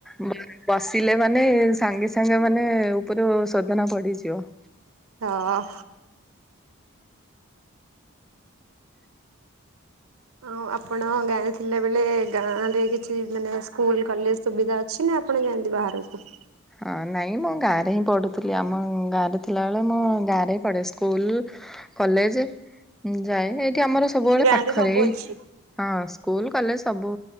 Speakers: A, in the centre; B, on the right.
A: ବସିଲେ ମାନେ ସାଙ୍ଗେ ସାଙ୍ଗେ ମାନେ ଉପରୁ ଶୋଧନା ପଡିଯିବ।
B: ହଁ
A: <inaudible>
B: ହଁ ଆପଣ ଗାଁରେ ଥିଲାବେଳେ ଗାଁରେ କିଛି ମାନେ ସ୍କୁଲ କଲେଜ ସୁବିଧା ଅଛି ନା ଆ ଆପଣ ଯାଆନ୍ତି ବାହାରକୁ?
A: ହଁ ନାଇଁ ମୁଁ ଗାଁରେ ହିଁ ପଢୁଥିଲି ଆମ ଗାଁରେ ଥିଲାବେଳେ ମୁଁ ଗାଁରେ ହିଁ ପଢେ। ସ୍କୁଲ କଲେଜ ଯାଏ ଏଠି ଆମର ସବୁବେଳେ
B: ଗାଁ
A: ପାଖରେ
B: ରେ ସବୁ
A: ଏଇ
B: ଅଛି।
A: ହଁ ସ୍କୁଲ କଲେଜ ସବୁ